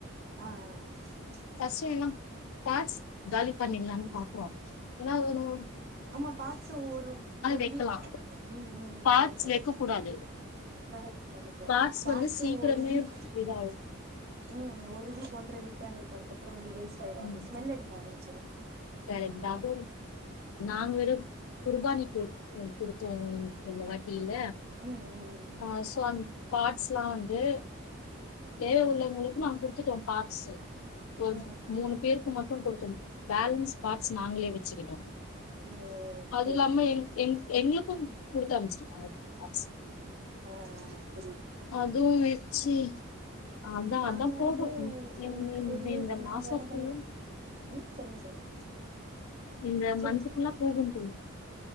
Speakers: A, on the right (about 45°); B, on the left (about 80°).
A: அ அ அ
B: ஃபஸ்ட்டு என்னா பார்ஸ் காலி பண்ணிட்லான்னு பாக்குறோ ஏன்னா ஒரு ஒரு
A: நம்ம பாட்ஸ ஒரு ஒரு
B: வைக்கலா
A: வீக் ம் ம் ம்
B: பார்ட்ஸ்
A: கரைக் கரைக்
B: வைக்க கூடாது
A: கரைட் கரைக்டு
B: பார்ட்ஸ்
A: பாட்ஸு
B: வந்து சீக்கிரமே
A: ஒரு வீக்
B: இதாகும்
A: ம் ஒருவ் வீக் ஒன்ற வீக் தா இருக்கு அதுக்கப்பற வந்து வேஸ்ட் ஆயிரு அது
B: ம்
A: ஸ்மெல் அடிக்க ஆரம்பிச்சிரு
B: வேற எங்ட்டாவ்து நாங் வெரு குர்பானி போய் குடுத்து வாங்குங்க இந்த வாட் கீழ
A: ம் ம்
B: ஆ சுவாமி பார்ட்ஸ்லா வந்து தேவை உள்ளவங்ளுக்கு நா குடுத்துட்டே பா சேர் ஒரு
A: ம்
B: மூணு பேருக்கு மட்டு குடுத்துர்ணு பேலன்ஸ் ஸ்பார்ட்ஸ் நாங்ளே வெச்சிக்கிட்டோ
A: ம்
B: அதுல்லாம
A: சரி சார்
B: எங் எங் எங்ளுக் குந் குடுத்து அனுப்பிச்சிருப்பா பார்ட்ஸ்
A: அ அ அ
B: அதுவு வெச்சி அதா
A: நாங்க
B: அதா போகு
A: வந்து
B: இந்
A: எங்களுக்கு
B: இந்
A: பெரிய
B: இந்த மாச
A: நாங்க என்ன
B: ஃபுல்லு
A: பண்ணி ம் சொல்லுங் சொல்லுங்க
B: இந்த மந்த்துக்குல்லா
A: சொல்லுங்க
B: போகுன் சொல்லிட்